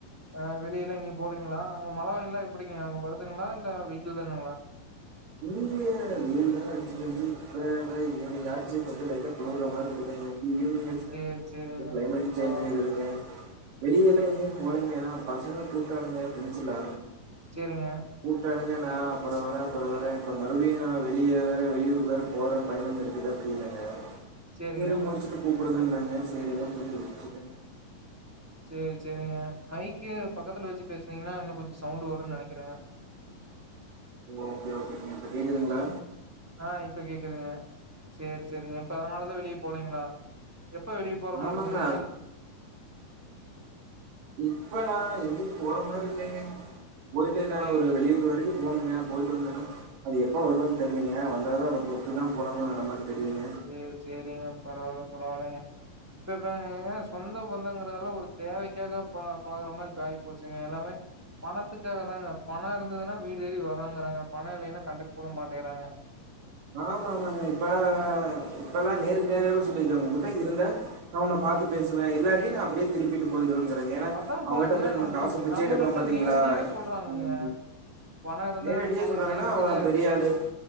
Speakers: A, in the centre; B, on the right.
A: அ வெளியெல்லா எங்கேயு போலிங்களா அங்க மழ வெய்ல்லா எப்டிங்க வருதுங்ளா இல்ல வெயில் தானுங்ளா
B: இங்க வெயில்தாங்க அடிச்சிட்டு இருந்துச்சி இப்பதா ஈவ்னிங் ஆச்சு கொஞ்ஜோ லைட்டா குளுர்ர மாரி இருக்குது இந்த
A: சேரி சேரிங்க
B: க்ளைமேட் சேஞ்
A: பரவால
B: ஆய்ருதுங்க வெளியெல்லா எங்கேயு போலைங்க ஏன்னா பசங்க கூப்டானுங்க ஃப்ரண்ட்ஸ்லா
A: சேரிங்க
B: கூப்டானுங்க நா அப்பறோ வரே அப்பறோ வரே இப்ப மறுபடியு நா வெளியே வேற வெளியூர்க்கு வேற போற பயணம் இருக்குது அப்டின்னங்க
A: சேரிங்க
B: சேரி முடிச்ட்டு கூப்டுங்கன்டாங்க சேரி அத சொல்ட்டு வுட்டுடங்க
A: சேரி சேரிங்க மைக்கு பக்கத்துல வச்சு பேசுனிங்ன்னா இன்னு கொஞ்ஜோ சவுண்ட் வருனு நெனைக்றே
B: ஓகே ஓகேங்க இப்ப கேக்குதுங்ளா
A: ஆ இப்ப கேக்குதுங்க சேரி சேரிங்க அப்ப அதனாலதா வெளிய போலைங்ளா எப்ப வெளிய போற மார்ருக்குங்க
B: ஆமாங்க இப்ப நா எங்யு போற மாரி இல்லைங்க போய்ட்டு நா
A: சேரி
B: ஒரு
A: சேரி
B: வெளியூர் வரைக்கு போனுங்க போய்ட்டு வந்தனா அது எப்ப வருவன் தெரிலைங்க வந்தோன அத பொருத்து தா போலாமா வேணாமா தெரியுங்க
A: சேர் சேரிங்க பரவால்ல பரவால்லங்க இப்பங்கங்க சொந்த பந்தங்றதுலா ஒரு தேவைக்காக பா பாக்ற மாரி இப்ப ஆய்ப் போச்சுங்க எல்லாமே பணத்துக்காக தாங்க பண இருந்துதுனா வீடு தேடி வராங்றாங்க பண இல்லைனா கண்டுக்க கூட மாட்டிக்கிறாங்க
B: ஆமா ஆமாங்க இப்பதானல்லா இப்பலா நேருக்கு நேராவே சொல்லிக்றாங்க உங்கிட்ட இருந்த நா உன்ன பாத்து பேசுவே இல்லாட்டி நா அப்டியே திருப்பிட்டு போயிருங்கிறாங்க ஏனா
A: அதா
B: அவ்ங்கள்ட்ட
A: பாருங்க
B: போய் நம்ம காச பிச்ச
A: நம்ம
B: எடுக்குரோ
A: கிட்ட
B: பாத்தீங்ளா
A: நேரடியாவே சொல்றாங்கங்க
B: ம்
A: பணோ இருந்தா
B: நேரடியா
A: இப்ப
B: சொல்றாங்கனா
A: உங்கட்ட இருக்குது
B: அவ்ங்கதா பெரியாளு